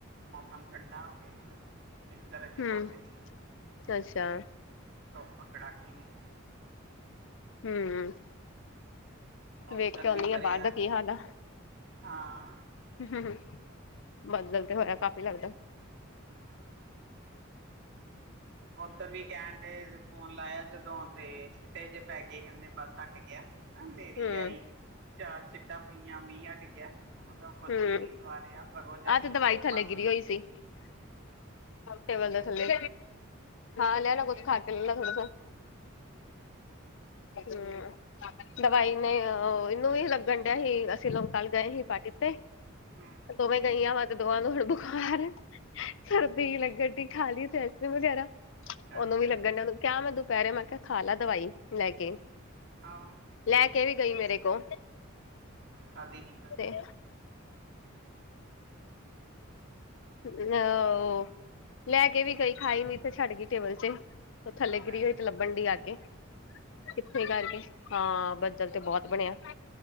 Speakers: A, on the right; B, on the left.
A: ਮੌਸਮ ਠੰਡਾ ਹੋਵੇ, ਪਰ ਇੱਧਰ ਅਜੇ
B: ਹੂੰ
A: ਕੁਛ ਨਹੀਂ ਹੈ,
B: ਅੱਛਾ
A: ਧੂਪ ਕੜਾਕੇ ਦੀ ਐ
B: ਹੂ
A: ਉੱਧਰ
B: ਵੇਖ ਕੇ ਆਉਂਨੀ
A: ਵੀ ਵਰਿਆ
B: ਆਂ ਬਾਹਰ ਦਾ ਕੀ ਹਾਲ ਐ
A: ਹਾਂ
B: ਹ ਹ ਹ ਬੱਦਲ਼ ਤੇ ਹੋਇਆ ਕਾਫੀ ਲੱਗਦਾ।
A: ਹਾਂ ਉੱਧਰ ਵੀ ਕਹਿਣ ਡ ਫੋਨ ਲਾਇਆ ਜਦੋਂ ਤੇ ਛਿੱਟੇ ਜੇ ਪੈ ਕੇ ਕਹਿੰਦੇ ਬੱਸ ਹਟ ਹਟ ਗਿਆ, ਨੇਰੀ
B: ਹੂੰ
A: ਆਈ ਚਾਲ ਸਿੱਟਾਂ ਪਈਆਂ ਮੀਂਹ ਹਟ ਗਿਆ, ਉਹਦਾ ਕੁਛ
B: ਹੂੰ
A: ਵੀ ਨੀ ਸਵਾ ਰਿਹਾ ਬਹੁਤ ਜ਼ਿਆਦਾ
B: ਆਹ ਤੇ ਦਵਾਈ ਥੱਲੇ
A: ਮਸ
B: ਗਿਰੀ ਹੋਈ ਸੀ ਟੇਬਲ ਦੇ ਥੱਲੇ, ਹਾਂ ਲੈ ਲ ਕੁੱਛ ਖਾ ਕੇ ਲੈ ਲਾ ਥੋੜਾ ਸਾ।
A: <inaudible>
B: ਹਮ। ਦਵਾਈ ਨੇ ਇਹਨੂੰ ਵੀ ਲੱਗਣ ਡਿਆ ਸੀ। ਅਸੀਂ ਲਕ ਗਏ ਸੀ ਪਾਰਟੀ ਤੇ।
A: ਹੂੰ
B: ਦੋਵੇਂ ਗਈਆਂ ਵਾ ਤੇ ਦੋਵਾਂ ਨੂੰ ਹੁਣ ਥੋੜਾ ਬੁਖਾਰ ਸਰਦੀ ਲੱਗਣ ਡ ਖਾਲੀ ਉੱਥੇ ਆਈਸ ਕਰ੍ਰੀਮ ਵਗੈਰਾ
A: ਅੱਛਾ
B: ਨ ਵੀ ਲੱਗਣ ਇਹਨਾਂ ਨੂੰ ਕਿਆ ਮੈਂ ਦੁਪਹਿਰੇ ਮੈਂ ਕਿਹਾ ਖਾ ਲਾ ਦਵਾਈ ਲੈ ਕੇ।
A: ਆਹ
B: ਲੈ ਕੇ ਨੀ ਗਈ ਮੇਰੇ ਕੋਲ।
A: ਕਦੇ ਨੀ ਕਰਦੇ।
B: <unintelligible> ਅਹ ਲੈ ਕੇ ਵੀ ਗ, ਖਾਈ ਨੀ ਇਥੇ ਛੱਡ ਗਈ ਟੇਬਲ ਚ। ਉਹ ਥੇ ਗਿਰੀ
A: ਲੈ
B: ਹੋਈ ਲੱ ਬੰਡੀ ਆ ਕੇ, ਕਿੱਥੇ ਕਰਕੇ ਹਾਂ ਬੱਦਲ ਤੇ ਬਹੁਤ ਬਣਿਆ।